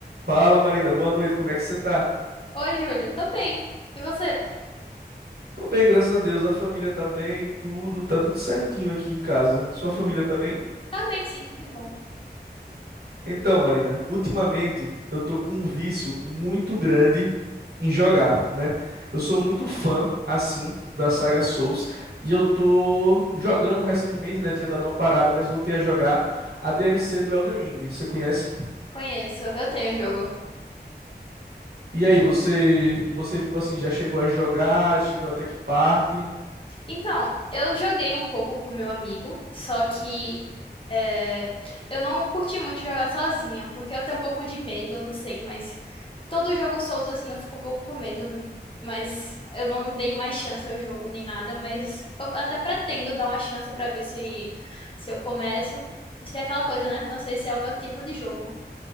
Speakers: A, on the right; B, on the left.
A: Fala, Marina, boa noite, como é que você tá?
B: Oi, Júlio, tô bem. E você?
A: Tô bem, graças a Deus, a família tá bem, tudo, tá tudo certinho aqui em casa. Sua família tá bem?
B: Tá bem, sim, que bom.
A: Então, Marina, ultimamente eu tô com um vício muito grande em jogar, né? Eu sou muito fã, assim, da saga Souls e eu tô jogando recentemente, né? Tinha dado uma parada, mas voltei a jogar a DLC do Elden Ring, você conhece?
B: Conheço, eu tenho o jogo.
A: E aí, você, você, tipo assim, já chegou a jogar? Chegou até que parte?
B: Então, eu joguei um pouco com o meu amigo, só que é, eu não curti muito jogar sozinha, porque eu tenho um pouco de medo, eu não sei, mas todo jogo Souls, assim, eu fico um pouco com medo, mas eu não dei mais chance ao jogo nem nada, mas eu até pretendo dar uma chance pra ver se, se eu começo. Mas tem aquela coisa, né? Não sei se é o meu tipo de jogo.